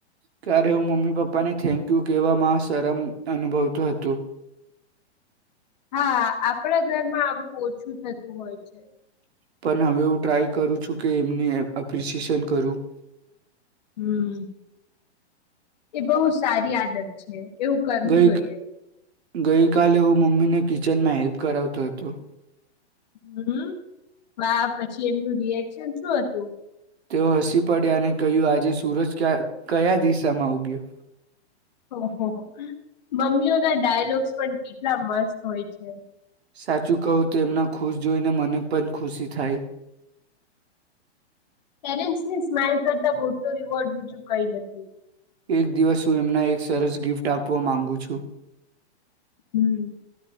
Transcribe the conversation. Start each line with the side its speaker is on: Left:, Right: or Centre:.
Right: ત્યારે હું મમ્મી પપ્પાને થેન્ક યુ કહેવામાં શરમ અનુભવતો હતો.
Left: હા, આપણા ઘરમાં આવું ઓછું થતું હોય છે.
Right: પણ હવે હું ટ્રાય કરું છું કે એમને એપ્રિશિએશન કરું.
Left: હમ. એ બહુ સારી આદત છે, એવું કરવું
Right: ગઈ
Left: જોઈએ.
Right: ગઈકાલે હું મમ્મીને કિચનમાં હેલ્પ કરાવતો હતો.
Left: હમ. વાહ, પછી? પછી એમનું રિએક્શન શું હતું?
Right: તેઓ હસી પડ્યા અને કહ્યું, આજે સુરજ કયા દિશામાં ઉગયો?
Left: ઓહ મમ્મીઓ ના ડાયલોગ્સ પણ કેટલા મસ્ત હોય છે.
Right: સાચું કવું તો એમના ખુશ જોઈને મને પણ ખુશી થાય.
Left: પેરેન્ટ્સને સ્માઇલ કરતાં મોટો રિવોર્ડ બીજું કંઈ નથી.
Right: એક દિવસ હું એમને એક સરસ ગિફ્ટ આપવા માંગુ છું.
Left: હમ,